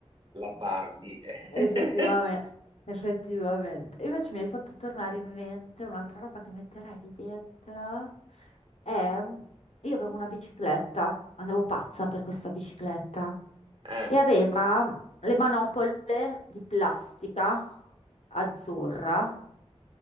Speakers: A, on the right (about 45°); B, on the left (about 75°).
A: la Barbie?
B: Effettivamente,
A: <laughs>
B: effettivamente. Invece mi hai fatto tornare in mente un'altra roba che metterai lì dentro. È... Io avevo una bicicletta, andavo pazza per questa bicicletta
A: Eh.
B: e aveva le manopole di plastica azzurra